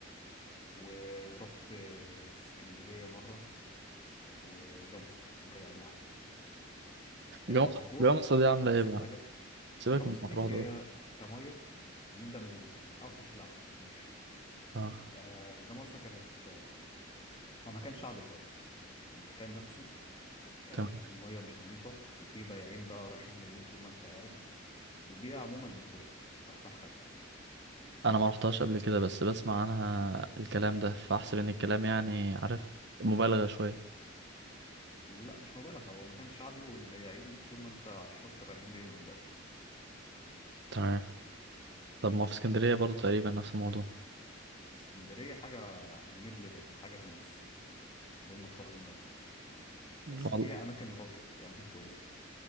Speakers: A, on the left (about 25°); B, on the right (about 60°).
A: ورحت آه، اسكندريه مره وجمصة دي كده اقل حاجه آه
B: جوه مصر
A: مطروح
B: جوه مصر دي عامله
A: احسن
B: ايه بقى
A: حاجه
B: سيبك
A: جمصة
B: من مطروح
A: دي
B: دول
A: هي كميه هنبدا من ال- الاوحش للاحسن ماشي
B: اه
A: آه جمصة كانت آه، هو مكان شعبي شويه المكان نفسه آه
B: تمام
A: الميه مش نظيفه وفي بياعين بقى رايحين جايين طول ما انت قاعد البيئه عموما مش كويسه مش احسن حاجه
B: انا ما رحتهاش قبل كده بس بسمع عنها الكلام ده فاحسب ان الكلام يعني عارف مبالغه شويه
A: لا مش مبالغة هو مكان شعبي والبياعين طول ما انت على الشط رايحين جايين قدامك
B: تمام طب ما في اسكندريه برضو تقريبا نفس الموضوع
A: اسكندرية حاجة يعني ميد ليفل حاجة في النص بين مطروح وبين جمصة
B: مم.
A: بس
B: والله
A: فيها أماكن راقية فيها أماكن كويسة